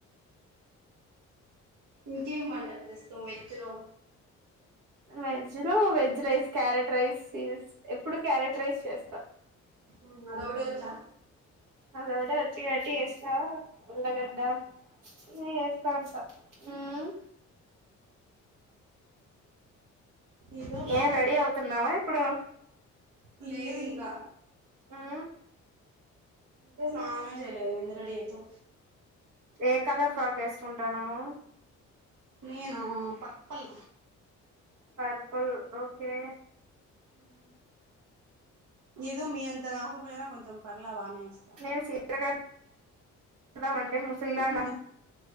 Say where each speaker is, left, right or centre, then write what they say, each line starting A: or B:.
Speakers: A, on the right (about 70°); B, on the right (about 85°).
A: ఇంకేం వంటల్ జేస్తవ్ వెజ్జ్ లో
B: వెజ్ లో వెజ్ రైస్, క్యారెట్ రైస్ స్ ఎప్పుడు క్యారెట్ రైస్ చేస్తా
A: ఉమ్ అడొకటే వచ్చా
B: అదోకటే వచ్చు గావట్టి చేస్తా ఉల్లగడ్డ ఇంగెస్ స్థావుంట ఉమ్
A: ఏదో ఒకటిలే
B: ఏం రెడీ అవుతున్నావా ఇప్పుడు?
A: గు లేదింకా
B: మ్మ్
A: ఇంక స్నానమే జేయలేదు, ఎంత రడీ ఐతవ్
B: ఏ కలర్ ఫ్రాకేసుకుంటానవ్
A: నేను పర్పల్
B: పర్పుల్ ఓకే
A: హ్మ్ ఎదో మీ అంతగాకపోయినా కొంచెం పర్లే బానే వేస్తా
B: నేను సీర గడ్ గడదామంటే అంటే ముసల్దాన్
A: ఉమ్